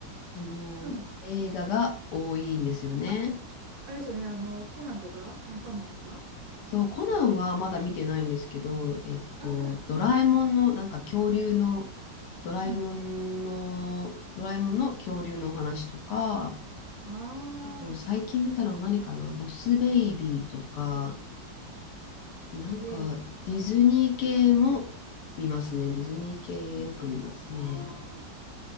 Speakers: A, on the left (about 70°); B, on the right (about 60°).
A: あの映画が多いんですよね。
B: うん。あ、あれですよね、あの、コナンとか、アンパンマンとか。
A: そう、コナンはまだ見てないんですけど、えっと、
B: あ、そう、
A: ドラえもんの、なんか恐竜の、ドラえもんの、
B: うん。
A: ドラえもんの恐竜のお話とか、
B: ああ、
A: あと、最近見たのは何かなボスベイビーとか、
B: スベイビー。
A: なんか、ディズニー系も見ますね。ディズニー系よく見ますね。
B: ああ、